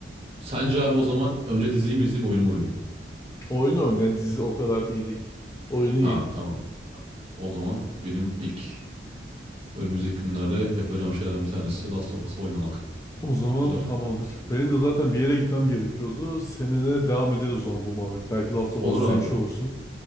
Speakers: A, on the right; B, on the left.
A: Sence abi o zaman önce diziyi mi izleyeyim, oyunu mu oynayayım?
B: Oyunu oynayan dizi o kadar iyi değil. Oyunu iyi.
A: Ha tamam. O zaman benim ilk önümüzdeki günlerde yapacağım şeylerden bir tanesi Last of Us oynamak.
B: O zaman
A: Güzel.
B: tamamdır. Benim de zaten bir yere gitmem gerekiyordu. Seninle devam ederiz o zaman bu muhabbeti. Belki Last of
A: Olur
B: Us izlemiş
A: abi.
B: olursun.